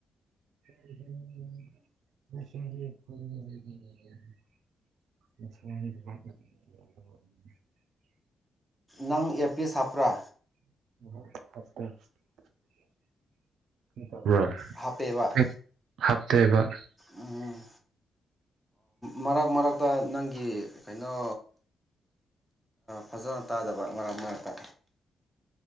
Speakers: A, on the right; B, in the centre.
A: <inaudible> <inaudible>
B: ꯅꯪ ꯑꯦꯔꯄꯤꯁ ꯍꯥꯞꯄ꯭ꯔꯥ
A: ꯑꯣ ꯍꯥꯞꯄꯦ
B: ꯍꯥꯞꯄꯦꯕ
A: ꯍꯥꯞꯇꯦꯕ
B: ꯎꯝ ꯃꯔꯛ ꯃꯔꯛꯇ ꯅꯪꯒꯤ ꯀꯩꯅꯣ ꯐꯖꯅ ꯇꯥꯗꯕ ꯃꯔꯛ ꯃꯔꯛꯇ